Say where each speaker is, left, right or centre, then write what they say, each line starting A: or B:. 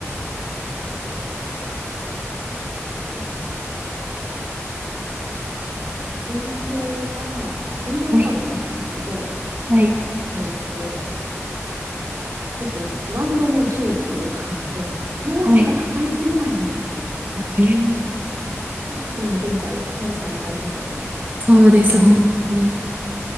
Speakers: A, on the right; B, on the right.
A: うん、現状が、現状のカードを見たんですけど、
B: はい。はい。
A: えっと、結構、ワンドの10っていうカードで、<laughs> もうなんか抱えきれないみたいな。
B: はい。えー
A: <laughs> 今現在ね、そんな感じですよね。
B: そうです、
A: 本当に。
B: 本当に。